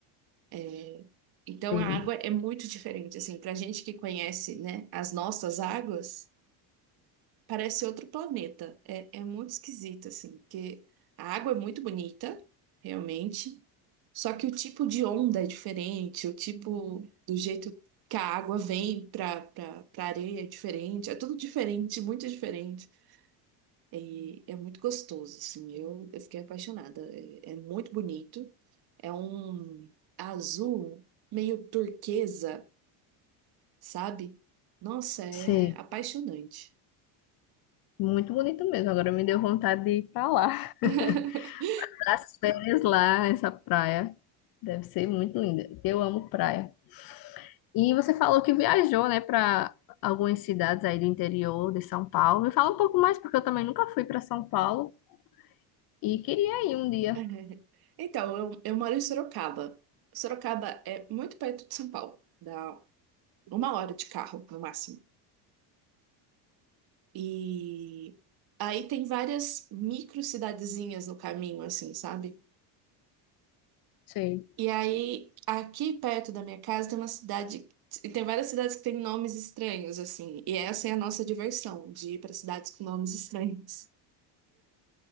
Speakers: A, on the right; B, on the left.
A: É. Então
B: sim,
A: a água é muito diferente. Assim, pra gente que conhece, né, as nossas águas. Parece outro planeta. É, é muito esquisito, assim, porque a água é muito bonita, realmente. Só que o tipo de onda é diferente, o tipo do jeito que a água vem pra, pra, pra areia é diferente. É tudo diferente, muito diferente. E é muito gostoso, assim. Eu, eu fiquei apaixonada. É, é muito bonito. É um azul meio turquesa, sabe? Nossa, é
B: sim.
A: apaixonante.
B: Muito bonito mesmo. Agora me deu vontade de ir pra lá.
A: <laughs>
B: <laughs> As férias lá, essa praia. Deve ser muito linda. Eu amo praia. E você falou que viajou, né, para algumas cidades aí do interior de São Paulo. Me fala um pouco mais, porque eu também nunca fui para São Paulo e queria ir um dia.
A: <laughs> Então, eu, eu moro em Sorocaba. Sorocaba é muito perto de São Paulo, dá uma hora de carro, no máximo. E aí tem várias micro cidadezinhas no caminho, assim, sabe?
B: Sim.
A: E aí, aqui perto da minha casa tem uma cidade, e tem várias cidades que têm nomes estranhos, assim, e essa é a nossa diversão, de ir para cidades com nomes estranhos.